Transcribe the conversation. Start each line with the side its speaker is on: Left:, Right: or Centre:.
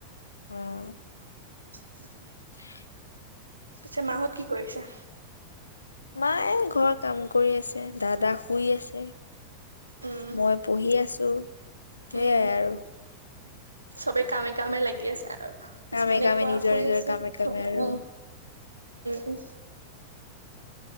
Left: উম।
Right: <inaudible>
Left: <inaudible>
Right: পিছে মাহঁত কি কৰিছে?
Left: মায়ে ঘৰত কাম কৰি আছে, দাদা শুই আছে।
Right: উম,
Left: মই পঢ়ি আছোঁ, সেইয়াই
Right: উম,
Left: আৰু।
Right: চবে কামে কামে লাগি আছে আৰু। কিছুমানে
Left: কামে কামে
Right: শুৱা
Left: নিজৰ
Right: শুই
Left: নিজৰ
Right: আছে,
Left: কামে কামে
Right: উ,
Left: আৰু
Right: উম, উম।